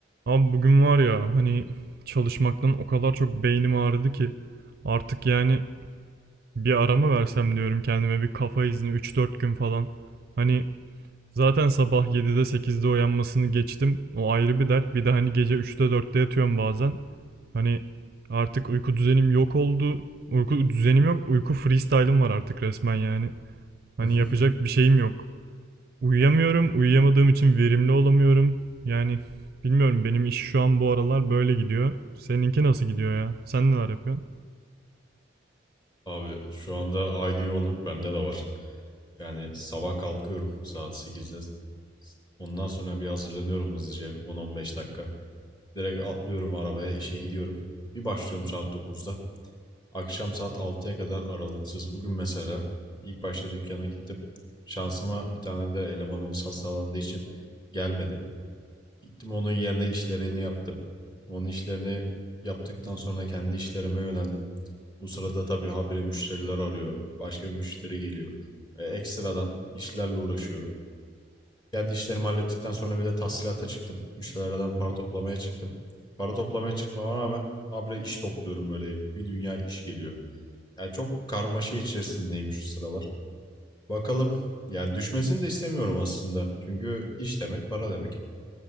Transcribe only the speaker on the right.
Abi bugün var ya hani çalışmaktan o kadar çok beynim ağrıdı ki artık yani bir ara mı versem diyorum kendime bir kafa izni üç dört gün falan. Hani zaten sabah 7'de 8'de uyanmasını geçtim o ayrı bir dert bir de hani gece üçte dörtte yatıyorum bazen. Hani artık uyku düzenim yok oldu uyku düzenim yok uyku freestyle'ım var artık resmen yani. Hani
yapacak bir şeyim yok. Uyuyamıyorum. Uyuyamadığım için verimli olamıyorum. Yani bilmiyorum benim iş şu an bu aralar böyle gidiyor. Seninki nasıl gidiyor ya? Sen neler yapıyorsun?